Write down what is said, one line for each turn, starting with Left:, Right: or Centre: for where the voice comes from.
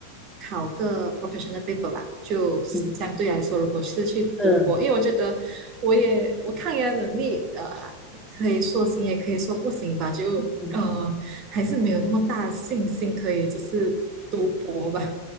Right: 考个 professional paper 吧，就相对来说，
Centre: 嗯
Right: 如果是去读博，
Centre: 嗯
Right: 因为我觉得我也我抗压能力呃可以说行也可以说不行吧，就呃还是没有那么大的信心可以就是读博吧，
Centre: 嗯，